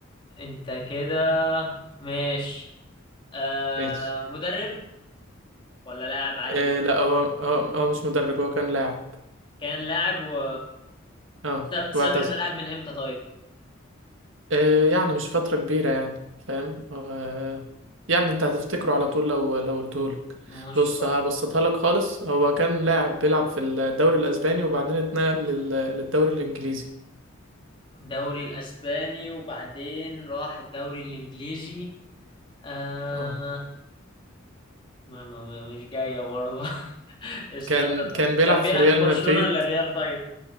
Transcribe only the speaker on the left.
انت كده ماشي آه
مدرب ولا لاعب عادي
كان لاعب و
ساب ساب
الملاعب من امتى طيب
مش
ف-
دوري الاسباني وبعدين راح الدوري الانجليزي آه
ما ما ما مش جاية برضه <laughs> استنى
طيب.
كان بيلعب
في برشلونة
ولا الريال طيب